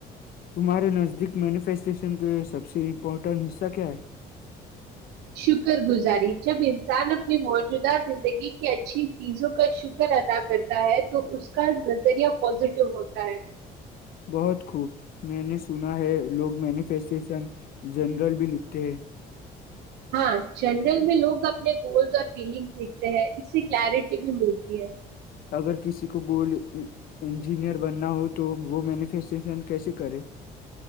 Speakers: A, on the left (about 60°); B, on the right (about 85°).
A: تمہارے نزدیک مینیفیسٹیشن کے سب سے امپورٹنٹ حصہ کیا ہے
B: شکر گزاری جب انسان اپنی موجودہ زندگی کی اچھی چیزوں کا شکر ادا کرتا ہے تو اس کا نظریہ پازیٹو ہوتا ہے
A: بہت خوب میں نے سنا ہے لوگ مینیفیسٹیشن جنرل بھی لکھتے ہیں
B: ہاں جنرل میں لوگ اپنے گولس اور فیلنگس دکھتے ہیں اس سے کلیرٹی بھی ملتی ہے
A: اگر کسی کو گول انجینئر بننا ہو تو وہ مینیفیسٹیشن کیسے کرے